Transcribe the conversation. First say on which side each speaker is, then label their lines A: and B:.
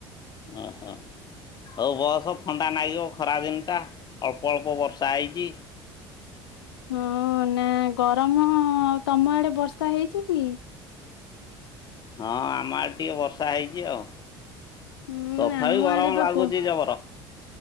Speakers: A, on the left; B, on the left.
A: ଉଁ, ହୁଁ। ହଉ ବସ। ଥଣ୍ଡା ନାଗିବ ଖରା ଦିନଟା, ଅଳ୍ପ ଅଳ୍ପ ବର୍ଷା ହେଇଚି।
B: ହଁ, ନାଁ ଗରମ-ଅ ତମ ଆଡେ ବର୍ଷା ହେଇଚି କି?
A: ହଁ, ଆମ ଆଡେ ଟିକେ ବର୍ଷା ହେଇଛି ଆଉ।
B: ହୁଁ
A: ତଥାପି
B: ଆମ
A: ଗରମ
B: ଆଡେ ବା
A: ଲାଗୁଚି
B: ବ
A: ଜବର।